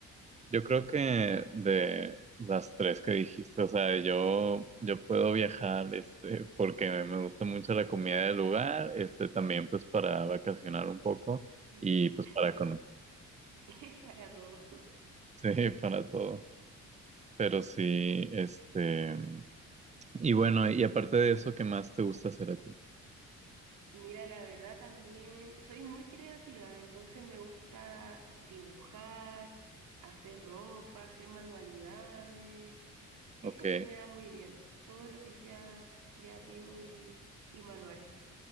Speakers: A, on the right; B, on the right.
A: Yo creo que de las tres que dijiste, o sea, yo, yo puedo viajar, este, porque me gusta mucho la comida del lugar, este, también pues para vacacionar un poco
B: Mm.
A: y pues
B: <laughs>
A: para conocer,
B: Es para todo.
A: <laughs> sí, para todo. Pero sí, este, y bueno, y aparte de eso, ¿qué más te gusta hacer a ti?
B: Mira, la verdad también soy muy creativa, entonces me gusta dibujar, hacer ropa, hacer manualidades.
A: Ok,
B: Eso se me da muy bien, todo lo que sea creativo y, y manual.